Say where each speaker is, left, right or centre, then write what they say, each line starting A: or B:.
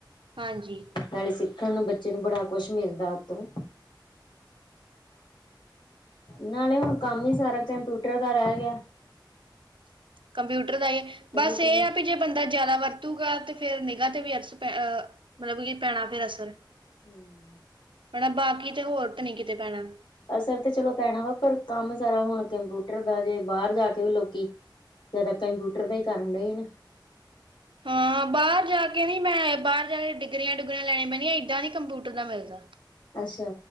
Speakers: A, on the right; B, on the left.
A: ਹਾਂਜੀ।
B: ਨਾਲੇ ਸਿੱਖਣ ਨੂੰ, ਬੱਚੇ ਨੂੰ ਬੜਾ ਕੁਛ ਮਿਲਦਾ ਉਤੋਂ। ਨਾਲੇ ਹੁਣ, ਕੰਮ ਹੀ ਸਾਰਾ ਕੰਪਿਊਟਰ ਦਾ ਰਹਿ ਗਿਆ।
A: ਕੰਪਿਊਟਰ ਦਾ ਹੀ, ਬਸ
B: ਹੂੰ
A: ਇਹ ਆ ਵੀ ਜੇ ਬੰਦਾ ਜ਼ਿਆਦਾ ਵਰਤੂਗਾ ਤੇ ਫੇਰ ਨਿਗਾ ਤੇ ਵੀ ਅਸ ਪ ਮਤਲਬ ਕਿ ਪੈਣਾ ਫੇਰ ਅਸਰ
B: ਹੂੰ।
A: ਭੈਣਾ, ਬਾਕੀ ਤੇ ਹੋਰ ਤਾਂ ਨ ਕਿਤੇ ਪੈਣਾ।
B: ਅਸਰ ਤਾਂ ਚਲੋ ਪੈਣਾ ਵਾ ਪਰ ਕੰਮ ਸਾਰਾ ਹੁਣ ਕੰਪਿਊਟਰ ਦਾ ਜੇ ਬਾਹਰ ਜਾ ਕੇ ਵੀ ਲੋਕੀ ਜਿਆਦਾ ਕੰਪਿਊਟਰ ਦਾ ਹੀ ਕਰਨ ਡਏ ਨੇ।
A: ਹਾਂ, ਬਾਰ ਬਾਹਰ ਜਾ ਕੇ ਨੀ ਮੈਂ ਬਾਹਰ ਜਾਕੇ ਡਿਗਰੀਆਂ ਡੁਗਰੀਆਂ ਲੈਣਆਂ ਪੈਨੀਆ ਇਦਾਂ ਕੰਪਿਊਟਰ ਦਾ ਮਿਲਦਾ।
B: ਅੱਛਾ,